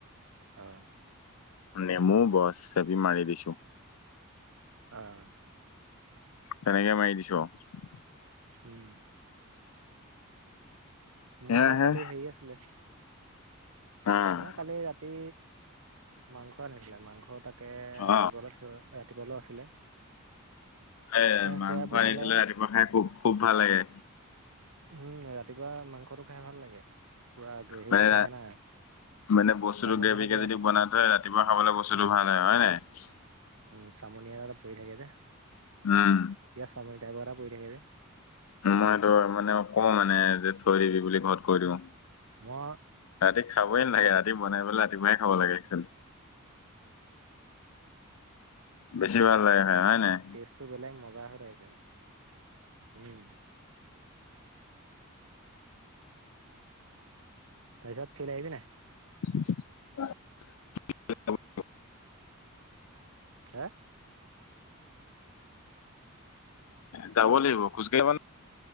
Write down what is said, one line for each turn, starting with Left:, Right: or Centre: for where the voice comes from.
Right: আহ!
Left: নেমু বছ চেপি মাৰি দিছো
Right: আহ!
Left: তেনেকে মাৰি দিছোঁ আৰু।
Right: উম। মোৰ
Left: সেয়াহে
Right: আকৌ কালি হেৰি আছিলে,
Left: আহ
Right: আমাৰ কালি ৰাতি মাংস আনিছিলে। মাংস তাকে ৰাতিপুৱালৈ
Left: অ
Right: থৈ ৰাতিপুৱালেও আছিলে।
Left: এ,
Right: তাই
Left: মাংস
Right: সেয়া বনালে
Left: আনি থ'লে
Right: আও।
Left: ৰাতিপুৱা খাই খুব-খুব ভাল লাগে।
Right: উম, ৰাতিপুৱা মাংসটো খাই ভাল লাগে, পুৰা গ্ৰেভি
Left: মানে
Right: হৈ থাকে না।
Left: মানে বস্তুতটো
Right: চামনি
Left: গ্ৰেভিকে
Right: এটা কিবা
Left: যদি বনাই থয়, ৰাতিপুৱা খাবলৈ বস্তুতটো
Right: অ
Left: ভাল হয়, হয় নে নাই?
Right: উম, চামনিয়া <unintelligible> পৰি থাকে যে।
Left: উম
Right: কাই পৰা পৰি থাকে যে
Left: মই এইটো মানে কওঁ মানে যে থৈ দিবি বুলি ঘৰত কৈ দিওঁ।
Right: মই
Left: ৰাতি খাবই নালাগে। ৰাতি বনাই মেলাই ৰাতিপুৱাই খাব লাগে একচোৱেলি। বেছি
Right: উম।
Left: ভাল লাগে খাই হয় নাই?
Right: টেষ্টটো বেলেগ মজা হয় থাকে কিন্তু উম। তাৰপিছত ফিল্ড আহিবি নাই?
Left: <unintelligible>
Right: হা?
Left: যাব লাগিব খোজকাঢ়ি <unintelligible>